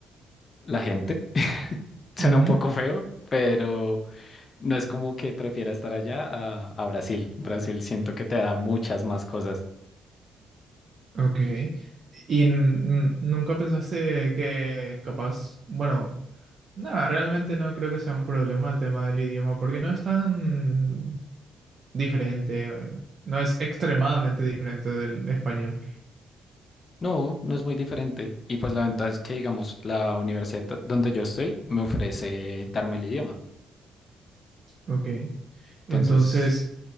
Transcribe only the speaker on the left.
la gente. <laughs> Suena
un poco feo, pero... No es como que prefiera estar allá a, a Brasil. Brasil siento que te da muchas más cosas.
No, no es muy diferente. Y pues la ventaja es que, digamos, la universidad t- donde yo estoy me ofrece darme el idioma.
Entonces,